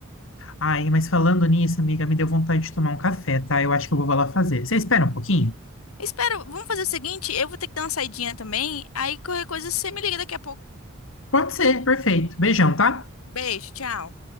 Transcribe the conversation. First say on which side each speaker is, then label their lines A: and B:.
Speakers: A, on the left; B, on the left.
A: Ai, mas falando nisso, amiga, me deu vontade de tomar um café, tá? Eu acho que eu vou lá fazer. Você espera um pouquinho?
B: Espero, vamos fazer o seguinte, eu vou ter que dar uma saidinha também, aí qualquer coisa você me liga daqui a pouco.
A: Pode ser, perfeito. Beijão, tá?
B: Beijo, tchau.